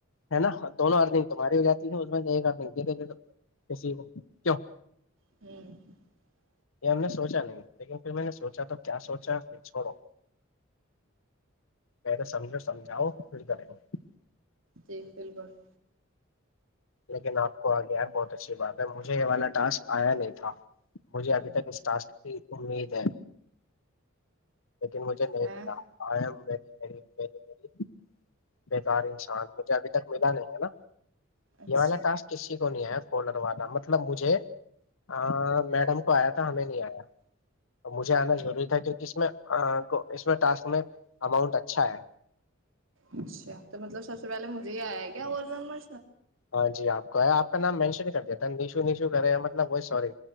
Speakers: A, on the left (about 75°); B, on the right (about 70°).
A: ہے نا دونوں ارننگ تمہاری ہو جاتی ہے اس میں انگ د د کسی کو کی
B: ہوں <unintelligible>
A: یہ ہم نے سوچا نہیں لیکن پھر میں نے سوچا تو کیا سوچا پھر چھوڑو پہلے سمجھو سمجھاؤ پھر کریں گے
B: جی بالکل <unintelligible>
A: لیکن آپ کو آگے یار بہت اچھی بات ہے مجھے یہ والا ٹاسک آیا نہیں تھا مجھے ابھی تک اس ٹاسک کی امید ہے لیکن مجھے نہیں
B: ہے
A: ملا آئی ایم ویی ار انسان <unintelligible> مجھے ابھی تک ملا نہیں ہے نا
B: اچھا
A: یہ والا کاس کسی کو نہیں آیا کلر والا مطلب مجھے آ میڈم <unintelligible> آیا تھا ہمیں نہیں آیا مجھ آنا ضری تھا کیکہ اس میں کو اس میں ٹاسک میں اماؤنٹ اچھا ہے
B: اچھا تو مطلب سب سے پہلے مجھے ہی آیا کیا اور زمر
A: ہاں جی آپ کو ہے آپ کا نام مینشن ہی کر دیا تھا نشو نیشو کرے سوری